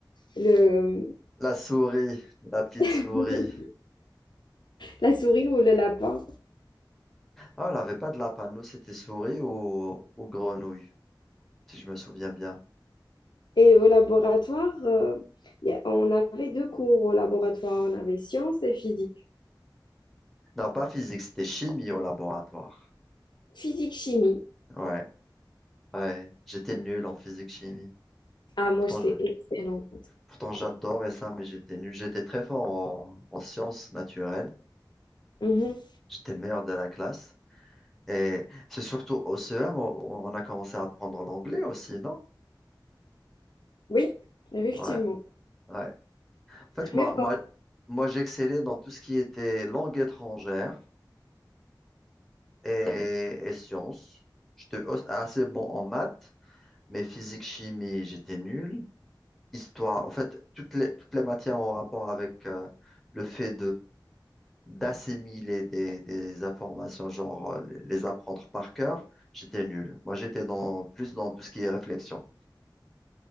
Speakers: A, on the left; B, in the centre.
A: le,
B: La souris, la petite
A: <laughs>
B: souris.
A: la souris ou le lapin.
B: Ah, on n'avait pas de lapin, nous c'était souris ou, ou grenouille, si je me souviens bien.
A: Et au laboratoire, euh, y a- on avait deux cours au laboratoire. On avait sciences et physique.
B: Non, pas physique, c'était chimie au laboratoire.
A: Physique-chimie.
B: Ouais, ouais. J'étais nul en physique-chimie.
A: Ah, moi,
B: Pourtant,
A: j'étais
B: je-
A: excellente.
B: Pourtant, j'adorais ça, mais j'étais nul. J'étais très fort en, en sciences naturelles.
A: Mhm.
B: J'étais le meilleur de la classe. Et c'est surtout au CEM, on, on a commencé à apprendre l'anglais aussi, non?
A: Oui, effectivement.
B: Ouais, ouais. En fait, moi,
A: Mais
B: moi,
A: bon,
B: moi, j'excellais dans tout ce qui était langue étrangère et, et sciences. J'étais au- assez bon en maths, mais physique, chimie, j'étais nul. Histoire, en fait, toutes les, toutes les matières en rapport avec euh, le fait d'assimiler des, des informations, genre euh, les apprendre par cœur, j'étais nul. Moi, j'étais dans, plus dans tout ce qui est réflexion.